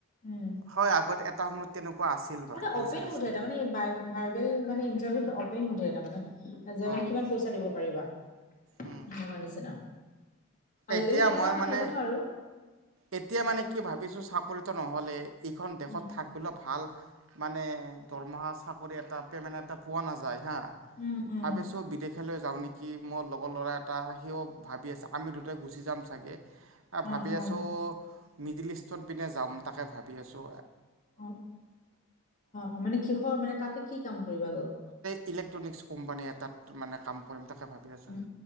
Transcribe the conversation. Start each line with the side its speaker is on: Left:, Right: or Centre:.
Left: উম
Right: হয় আগত এটা সময়ত তেনেকুৱা আছিল বাৰু
Left: মানে
Right: পইচা
Left: অপেন
Right: পইচাটো
Left: সোধে তাৰমানে ভাই- ভাইবেল মানে ইটাৰভিউট অপেন সোধে যে মানে
Right: অঁ
Left: কিমান পইচা দিব পাৰিবা সেনেকুৱা
Right: উম।
Left: নিচিনা আজিকালি
Right: এতিয়া
Left: কেনেকুৱা
Right: মই
Left: হ'ল
Right: মানে
Left: নাজানো আৰু
Right: এতিয়া মানে কি ভাবিছো চাকৰিত নহলে ইখন দেশত
Left: উম,
Right: থাকিবিলে ভাল মানে দৰমহা চাকৰি এটা পেমেণ্ট এটা পোৱা নাযায় হা
Left: উম, উম,
Right: ভাবে চব বিদেশেলৈ যাওঁ নেকি মোৰ লগৰ ল'ৰা এটা সিও ভাবি আছে আমি দুটাই গুচি যাম চাগে ভাবি
Left: অ অ
Right: আছোঁ মিডিল ইষ্টত পিনে যাম তাকে ভাবি আছো
Left: অ অ মানে কিহৰ মানে তাতে কি কাম কৰিবা গৈ
Right: ইলেক্ট্ৰনিক্ছ কোম্পানীয়ে এটাত তাত মানে কাম কৰিম তাক
Left: উম,